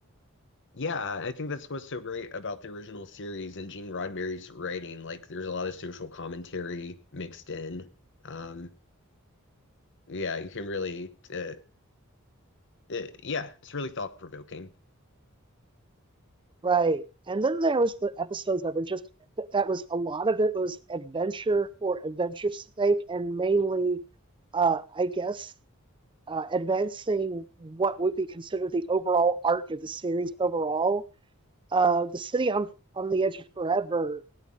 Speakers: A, on the left (about 60°); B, on the right (about 25°).
A: Yeah, I think that's what's so great about the original series and Gene Roddenberry's writing. Like, there's a lot of social commentary mixed in. Um, yeah, you can really, uh, uh yeah, it's really thought-provoking.
B: Right. And then there was the episodes that were just that was a lot of it was adventure for adventure's sake and mainly uh I guess uh advancing what would be considered the overall arc of the series overall. Uh The City on on the Edge of Forever,